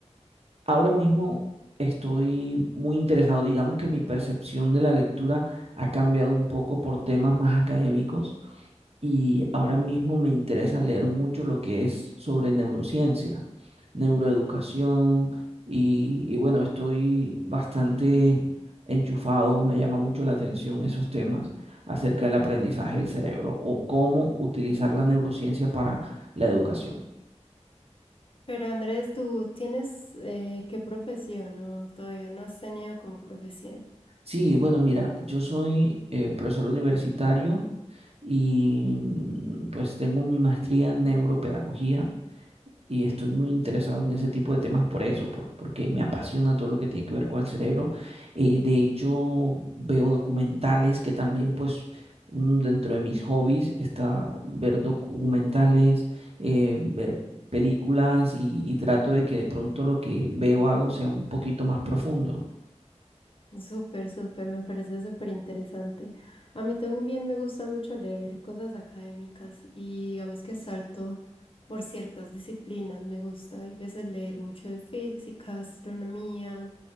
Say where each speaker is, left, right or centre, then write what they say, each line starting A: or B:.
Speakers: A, on the right (about 60°); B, on the left (about 50°).
A: ahora mismo estoy muy interesado, digamos que mi percepción de la lectura ha cambiado un poco por temas más académicos y ahora mismo me interesa leer mucho lo que es sobre neurociencia, neuroeducación y, y bueno, estoy bastante enchufado, me llama mucho la atención esos temas acerca del aprendizaje del cerebro o cómo utilizar la neurociencia para la educación.
B: Pero Andrés, ¿tú tienes eh, qué profesión? No, todavía no has tenido como profesión.
A: Sí, bueno, mira, yo soy eh, profesor universitario y mm, pues tengo mi maestría en neuropedagogía y estoy muy interesado en ese tipo de temas por eso, por- porque me apasiona todo lo que tiene que ver con el cerebro. Eh, de hecho, veo documentales que también, pues, mm, dentro de mis hobbies está ver documentales, eh, ver películas y, y trato de que de pronto lo que veo hago sea un poquito más profundo.
B: Súper, súper, me parece súper interesante. A mí también me gusta mucho leer cosas académicas y digamos que salto por ciertas disciplinas. Me gusta, hay veces leer mucho de física, astronomía,